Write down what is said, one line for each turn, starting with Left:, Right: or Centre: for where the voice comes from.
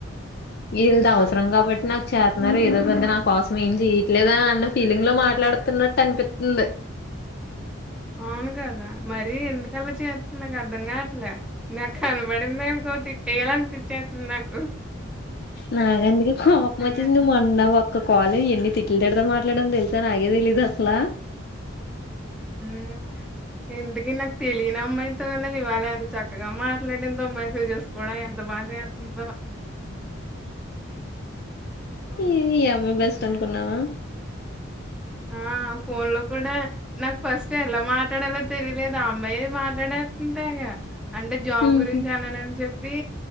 Left: వీళ్లతో
Centre: ఆ
Left: అవసరం గాబట్టి నాకు చేతున్నారు ఏదో పెద్ద నా కోసం ఏం చెయట్లేదనన్న ఫీలింగ్ లో మాట్లాడుతున్నట్టు అనిపిత్తుంది
Centre: అవును కదా మరీ ఎందుకలా చేస్తుంది నాకు అర్ధం కావట్ల నాకు కనబడిందనకో తిట్టేయాలి అనిపిచ్చేస్తుంది నాకు
Left: నాగందుకి కోపం
Centre: ఆ
Left: వచ్చేసివు మన్న ఒక కాలు ఎన్ని తిట్లు తిడత మాట్లాడని తెలిసాను అగే తెలీదు అసలా
Centre: ఊ ఎంటి ఇ నాకు తెలియని అమ్మాయితో ఇవ్వాల అడు చక్కగా మాట్లాడేందో మెసేజె కూడా ఎంత బా జేతుందో
Left: ఇ ఇ అమే బస్ తనుకున్నావా
Centre: ఆ ఫోన్ లో కూడా నాకు ఫస్ట్ ఎలా మాట్లాడాలో తెలిలేదు ఆ అమ్మాయి మాట్లాడంటాగా అంటే జాబ్
Left: ఉహు
Centre: గురించి అన్నన్ చెప్ప పే